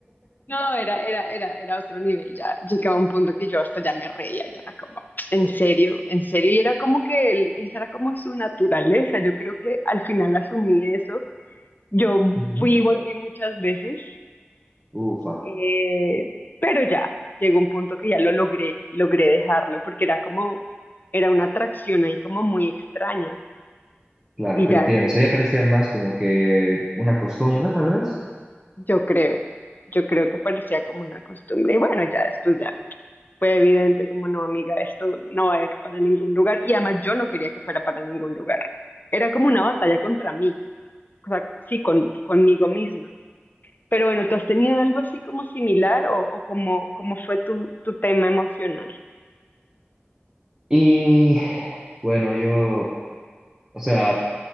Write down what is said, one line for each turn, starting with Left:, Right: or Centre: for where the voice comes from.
Left: No, era, era, era, era otro nivel, ya llegaba un punto que yo hasta ya me reía, ya era como, en serio, en serio, y era como que él, esa era como su naturaleza, yo creo que al final asumí eso Yo
Right: <laughs> Ujú.
Left: fui y volví muchas veces,
Right: Ufa,
Left: eh, pero ya llegó un punto que ya lo logré, logré dejarlo porque era como, era una atracción ahí como muy extraña
Right: claro,
Left: y
Right: te
Left: ya
Right: entiendo.
Left: dejé,
Right: O sea, ya parecía más como que una costumbre, tal vez.
Left: yo creo, yo creo que parecía como una costumbre y bueno, ya después ya fue evidente como no, amiga, esto no va a ir para ningún lugar y además yo no quería que fuera para ningún lugar. Era como una batalla contra mí, o sea, sí, con, conmigo misma. Pero bueno, ¿tú has tenido algo así como similar o, o cómo, cómo fue tu, tu tema emocional?
Right: Y bueno, yo, o sea,